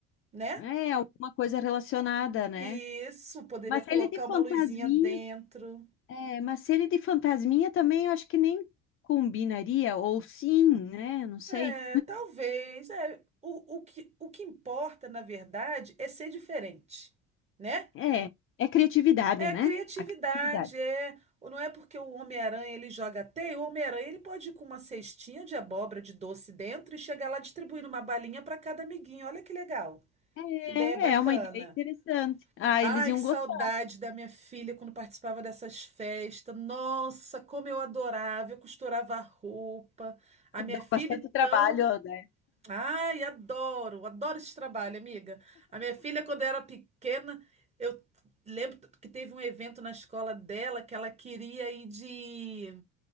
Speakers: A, on the right; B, on the left.
A: né?
B: É, alguma coisa relacionada, né?
A: Isso, poderia
B: Mas
A: colocar
B: ele de fantasminha,
A: uma luzinha dentro.
B: é, mas se ele de fantasminha também eu acho que nem combinaria, ou sim, né? Não sei.
A: É, talvez. é. O, o que, o que importa, na verdade, é ser diferente, né?
B: É, é criatividade,
A: É
B: né?
A: criatividade,
B: A criatividade.
A: é. Ou Não é porque o Homem-Aranha ele joga teia, o Homem-Aranha ele pode ir com uma cestinha de abóbora de doce dentro e chegar lá distribuindo uma balinha para cada amiguinho. Olha que legal,
B: É,
A: que ideia bacana.
B: é uma ideia interessante. Ah,
A: Ai,
B: eles iam
A: que saudade
B: gostar,
A: da minha filha quando participava dessas festas. Nossa, como eu adorava, eu costurava roupa. A minha
B: dão
A: filha,
B: bastante
A: então.
B: trabalho, né?
A: Ai, adoro, adoro esse trabalho, amiga. A minha filha, quando era pequena, eu lembro que teve um evento na escola dela que ela queria ir de.